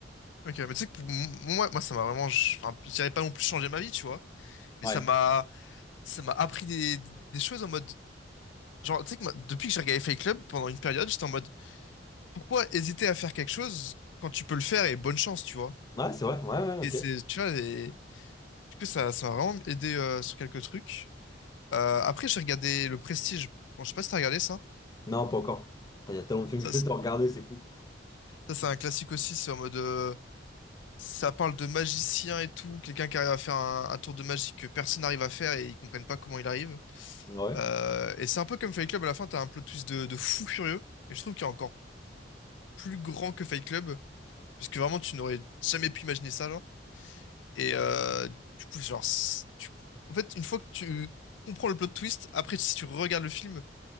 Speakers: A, on the left (about 85°); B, on the left (about 20°).
A: Ok, mais tu sais que pour m- moi, moi, ça m'a vraiment. ch- Enfin, je dirais pas non plus changé ma vie, tu vois. Mais
B: Ouais.
A: ça m'a, ça m'a appris des, des choses en mode. Genre, tu sais que moi, depuis que j'ai regardé Fight Club pendant une période, j'étais en mode, pourquoi hésiter à faire quelque chose quand tu peux le faire et bonne chance, tu vois.
B: Ouais, c'est vrai, ouais, ouais,
A: Et
B: ok.
A: c'est, tu vois, et... du coup, ça, ça m'a vraiment aidé euh, sur quelques trucs. Euh, après, j'ai regardé Le Prestige. Bon, je sais pas si t'as regardé ça.
B: Non, pas encore. Putain, Il y a tellement de films
A: Ça,
B: que
A: c'est
B: j'ai regardé, c'est fou.
A: ça, c'est un classique aussi. C'est en mode. euh, Ça parle de magicien et tout, quelqu'un qui arrive à faire un, un tour de magie que personne n'arrive à faire et ils comprennent pas comment il arrive.
B: Ouais.
A: Euh, et c'est un peu comme Fight Club, à la fin, t'as un plot twist de, de fou furieux. Et je trouve qu'il est encore plus grand que Fight Club, parce que vraiment, tu n'aurais jamais pu imaginer ça, genre. Et euh, du coup, genre, c'est- tu- en fait, une fois que tu comprends le plot twist, après, si tu regardes le film,